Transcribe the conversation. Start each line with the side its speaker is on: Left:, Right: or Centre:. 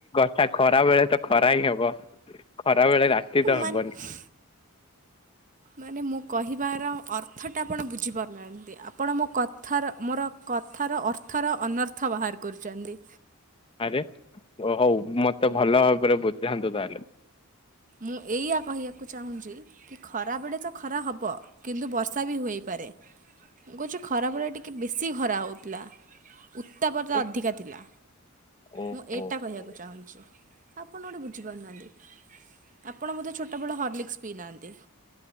Left: ଆ ଖରା ବେଳେ ତ ଖରା ହିଁ ହବ ଖରା ବେଳେ ରାତି ତ
Right: ମାନେ
Left: ହବନି।
Right: ମାନେ ମୁଁ କହିବାର ଅର୍ଥ ଟା ଆପଣ ବୁଝିପାରୁନାହାନ୍ତି। ଏମତି ଆପଣ ମୋ କଥାର ମୋର କଥାର ଅର୍ଥର ଅନର୍ଥ ବାହାର କରୁଚନ୍ତି।
Left: ଆରେ ଓ ହଉ ମୋତେ ଭଲ ଭାବରେ ବୁଝାନ୍ତୁ ତାହେଲେ।
Right: ମୁଁ ଏଇଆ କହିବାକୁ ଚାହୁଁଛି କି ଖରାବେଳେ ତ ଖରା ହବ କିନ୍ତୁ ବ ର୍ଷା ବି ହୋଇପାରେ ମୁଁ କହୁଚି ଖରା ବେଳେ ଟିକେ ବେଶୀ ଖରା ହଉଥିଲା। ଉତ୍ତାପରତା
Left: ଓ
Right: ଅଧିକା ଥିଲା
Left: ଓହୋ
Right: ମୁଁ ଏଇଟା କହିବାକୁ
Left: ହୋ।
Right: ଚାହୁଁଛି। ଆପଣ ଗୋଟେ ବୁଝିପାରୁନାହାନ୍ତି। ଆପଣ ବୋଧେ ଛୋଟବେଳ ହର୍ଲିକ୍ସ ପିଇନାହାନ୍ତି।